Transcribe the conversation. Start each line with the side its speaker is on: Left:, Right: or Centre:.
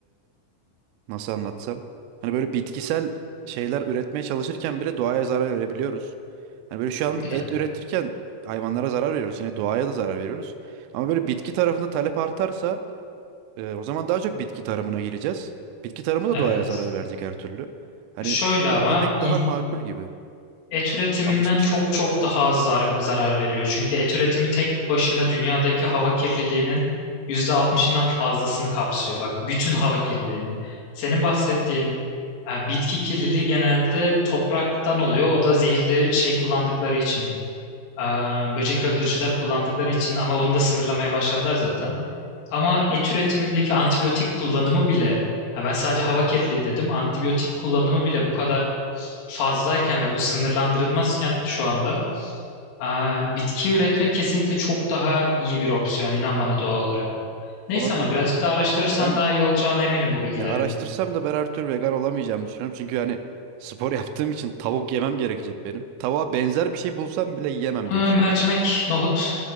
Right: Nasıl anlatsam? Hani böyle bitkisel şeyler üretmeye çalışırken bile doğaya zarar verebiliyoruz. Hani böyle şu an
Left: Tabii ki
Right: et
Left: de.
Right: üretirken hayvanlara zarar veriyoruz. Yine doğaya da zarar veriyoruz. Ama böyle bitki tarafında talep artarsa e, o zaman daha çok bitki tarımına gireceğiz. Bitki tarımı da
Left: Evet.
Right: doğaya zarar verecek her türlü. Hani
Left: Şöyle
Right: et
Left: ama
Right: yemek
Left: in-
Right: daha makul gibi.
Left: Et üretiminden
Right: Alışmışız.
Left: çok çok daha az zar zarar veriyor. Çünkü et üretimi tek başına dünyadaki hava kirliliğinin yüzde altmışından fazlasını kapsıyor. Bak bütün hava kirliliğinin. Senin bahsettiğin e, bitki kirliliği genelde topraktan oluyor. O da zehirli şey kullandıkları için. e, böcek öldürücüler kullandıkları için ama onu da sınırlamaya başladılar zaten. Ama
Right: Hı hı.
Left: et üretimindeki antibiyotik kullanımı bile, ha ben sadece hava kirliliği dedim, antibiyotik kullanımı bile bu kadar fazlayken ve bu sınırlandırılmazken şu anda aa, bitki üretmek kesinlikle çok daha iyi bir opsiyon, inan bana doğal olarak.
Right: Olabilir
Left: Neyse ama
Right: ya.
Left: birazcık daha araştırırsan
Right: Ya ben
Left: daha iyi olacağına eminim bu bilgilerinin.
Right: ya araştırsam da ben her türlü vegan olamayacağımı düşünüyorum. Çünkü hani spor yaptığım için tavuk yemem gerekecek benim. Tavuğa benzer bir şey bulsam bile yiyemem
Left: Aa,
Right: diye düşünüyorum.
Left: mercimek, nohut,